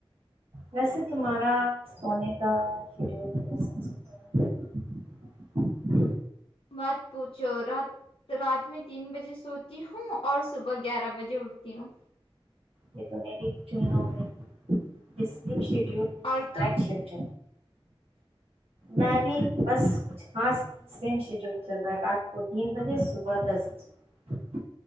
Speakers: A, on the right; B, on the left.
A: ویسے تمہارا سونے کا شیڈیول کیسا چل رہا ہے
B: مات پوچھو رات رات میں تین بجے سوتی ہوں اور صبح گیارہ بجے اٹتی تی
A: یہ تو میری بھی چناؤ ہے اس شیڈیول نہیں
B: اور تم
A: نائٹ شفٹ میں بھی بس کچھ خاص نہیں، سیم شیڈول چل رہا ہے رات کو تین بجے صبح دس بجے